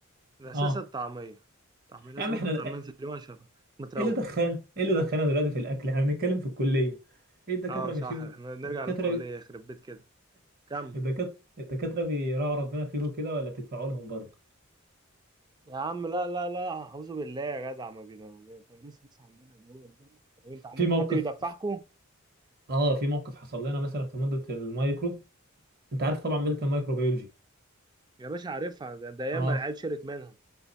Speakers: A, on the right (about 20°); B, on the right (about 45°).
A: الاساس
B: اه
A: الطعميه طعميه لازم
B: يا عم احنا
A: اكل طعمين
B: ايه
A: في اليوم عشان أبقى متروق
B: اللي دخلنا ايه اللي دخلنا دلوقتي في الاكل احنا بنتكلم في الكليه ايه الدكاتره
A: اه صح
B: ماشيين
A: احنا نرجع
B: الدكاتره
A: للكليه يخرب بيت كده كم
B: الدكاتره الدكاتره بيراعوا ربنا فيكم كده ولا بتدفعوا لهم برضه
A: يا عم لا لا لا اعوذ بالله يا جدع ما بينا- ما بيبقاش ناس عندنا دول دول محترمين. انت عندكم
B: في موقف
A: حد بيدفعكم
B: اه في موقف حصل لنا مثلا في ماده المايكرو انت عارف طبعا ماده الميكروبيولوجي
A: يا باشا عارفها ده, ده ياما
B: اه
A: العيال شرت منها